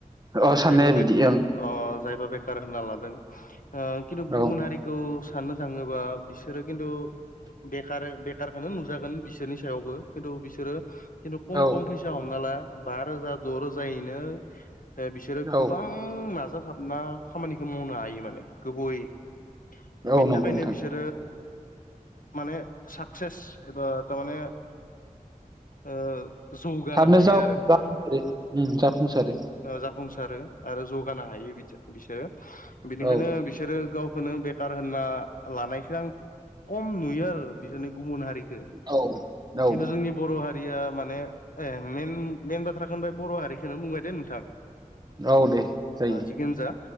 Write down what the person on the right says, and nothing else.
अ साननाया
बिदि
ओं
औ
औ
औ
औ
नंगौ
नोंथां
थाबनो
जाव जाफ जाफुंसारो
औ
औ
औ
औ दे जायो